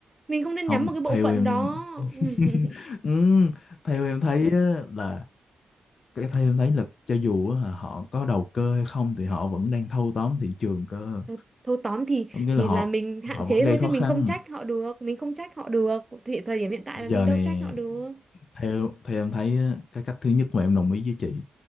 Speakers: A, on the right; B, on the left.
A: mình không nên
B: không
A: nhắm một cái bộ
B: theo
A: phận
B: em
A: đó
B: <laughs>
A: <laughs>
B: ừ, theo em thấy á, là cái thấy em thấy là cho dù á, họ có đầu cơ hay không thì họ vẫn đang thâu tóm thị trường cơ
A: thôi, thôi tóm thì
B: có nghĩa
A: thì
B: là họ
A: là mình
B: họ
A: hạn chế
B: vẫn gây
A: thôi
B: khó
A: chứ mình
B: khăn
A: không trách họ được mình không trách họ được thì thời điểm hiện tại
B: bây
A: là
B: giờ
A: mình đâu
B: nè
A: trách họ được
B: theo theo em thấy á, cái cách thứ nhất mà em đồng ý với chị